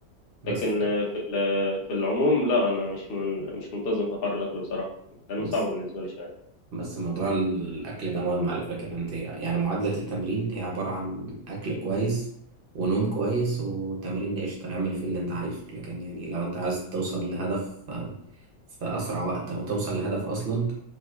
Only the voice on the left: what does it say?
لكن آه، في ال- آه، في العموم لا أنا مش من... مش منتظم في حوار الأكل بصراحة لأنه
صعب بالنسبة لي شوية